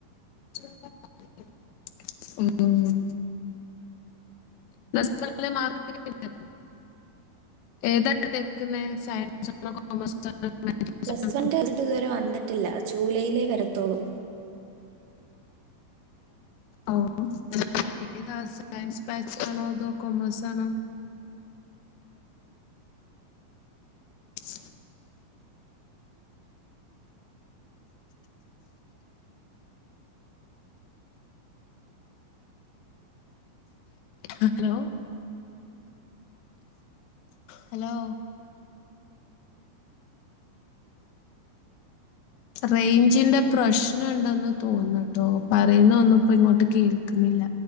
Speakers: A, on the left; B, on the right.
A: ഉം പ്ലസ് ടു നല്ല മാർക്ക്‌ ഒക്കെ ഇണ്ടോ ഏതാ ഇട്ത്തേക്കുന്നേ സയൻസ് സയൻസ് ആണോ കോമേഴ്‌സ് ആണോ
B: പ്ലസ്
A: ആണോ
B: വൺന്റെ റിസൾട്ട് ഇതുവരെ വന്നിട്ടില്ല ജൂലൈയിലേ വരത്തൊള്ളൂ
A: ഓഹ് ഏതാ സയൻസ് ബാച്ചാണോ അതോ കൊമേഴ്സ് ആണോ <unintelligible>
B: <unintelligible>
A: ഹലോ ഹലോ റേഞ്ചിന്റെ പ്രശ്നംണ്ടെന്ന് തോന്നട്ടോ പറയുന്നന്നുംപ്പോ ഇങ്ങോട്ട് കേൾക്കുന്നില്ല